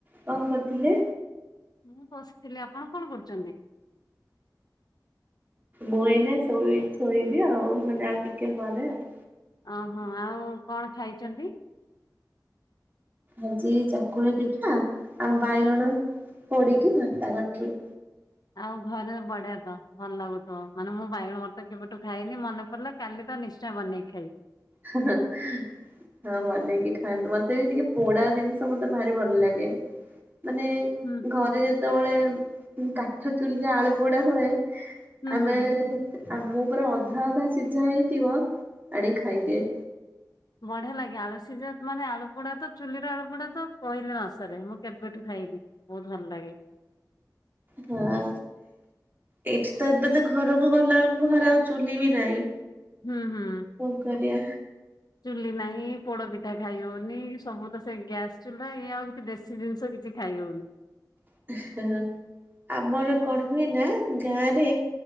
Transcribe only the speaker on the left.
ମୁଁ ବସିଥିଲି। ଆପଣ କଣ କରୁଚନ୍ତି?
ଓହୋ ଆଉ କଣ ଖାଇଚନ୍ତି?
ଆଉ ଘରେ ବଢିଆ ତ ଭଲ ଲାଗୁଥିବ ମାନେ ମୁଁ ବାଇଗଣ ଭର୍ତା କେବେଠୁ ଖାଇନି ମନେ ପଲା କାଲି ତ ନିଶ୍ଚୟ ବନେଇ ଖାଇବି।
ହୁଁ
ହୁଁ
ହୁଁ
ବଢିଆ ଲାଗେ ଆଳୁ ସିଜା ମାନେ ଆଳୁପୋଡା ତ ଚୁଲିର ଆଳୁପୋଡା ତ କହିଲେ ନ ସରେ। କରେ ମୁଁ କେବେଠୁ ଖାଇନି ବହୁତ ଭଲ ଲାଗେ।
ହୁଁ ହୁଁ।
ଚୁଲି ନାହିଁ ପୋଡ ପିଠା ଖାଇ ହଉନି। ସବୁ ତ ସେ ଗ୍ୟାସ ଚୁଲା ଇଏ ଆଉ କି ଦେଶୀ ଜିନିଷ କିଛି ଖାଇ ହଉନି।